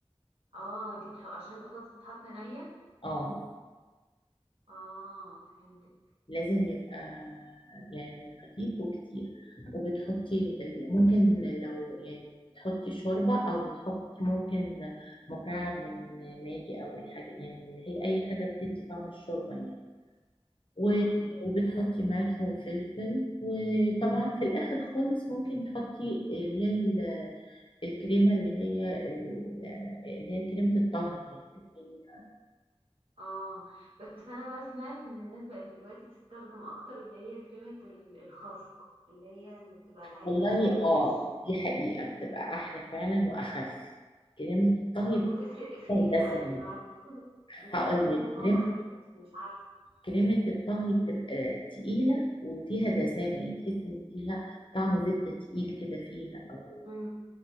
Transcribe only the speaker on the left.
اه
لازم يبقى يعني خفيف وكتير وبتحطي ال- ممكن لو يعني بتحطي شوربة أو بتحطي ممكن مكعب من ماجي أو الحاجة يعني اللي هي أي حاجة بتدي طعم الشوربة يعني و-
وبتحطي ملح وفلفل وطبعا في الآخر خالص ممكن تحطي اللي هي ال- الكريمة اللي هي ال- اللي هي كريمة الطهي يعني اللي
والله
اه دي حقيقة بتبقى أحلى فعلا وأخف كريمة الطهي
بتبقى
ده
سنان
هقول
لك
كريمة
كريمة الطهي بتبقى تقيلة وفيها دسامة يعني تحس إن فيها طعم زبدة تقيل كده فيها أو